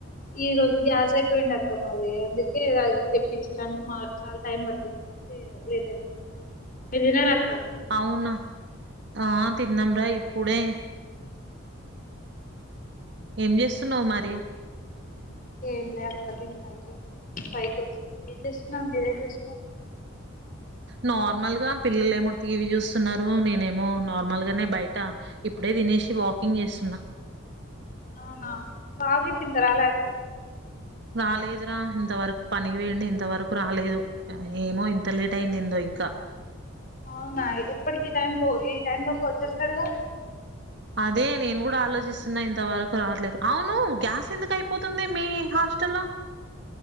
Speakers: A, on the left; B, on the right.
A: ఈ రోజు గ్యాస్ అయిపోయింది అక్క మది అందుకే అది తెప్పించడానికి మా చాలా టైం పట్టింది అందుకే లేట్ అయింది మీరు తినరా అక్క
B: అవున ఆ తిన్నం రా ఇపుడే ఏం చేస్తున్నావు మరి
A: ఏం లే అక్క తిను ఫైవ ఫైవ్కి వచ్చనా ఏం చేస్తున్నా మీరేం చేస్తున్నారు
B: నార్మల్ గా పిల్లలు ఏమో టీవీ చూస్తున్నారు నేనేమో నార్మల్ గానే బయట ఇప్పుడే తినిసి వాకింగ్ చేస్తున్నా
A: అవునా ప్రాజెక్ట్ ఇంకా రల అక్క
B: రాలేదు ర ఇంత వరకు పనికి పోయిండు ఇంత వరకు రాలేదు ఏమో ఇంత లేట్ అయిందిందో ఇంకా
A: అవునా ఎప్పటికిీ టైం ఈ టైమ్ లోపు వచ్చేస్తాడుగా
B: అదే నేను కూడా ఆలోచిస్తున్నా ఇంతవరకు రావట్లేదు అవును గ్యాస్ ఎందుకు అయిపోతుంది మీ హోస్ట్ స్టెల్లో